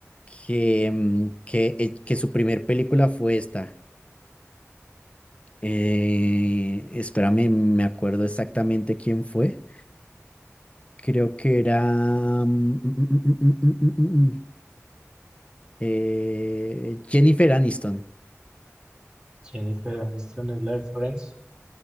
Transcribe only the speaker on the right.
Jennifer Aniston es la de Friends.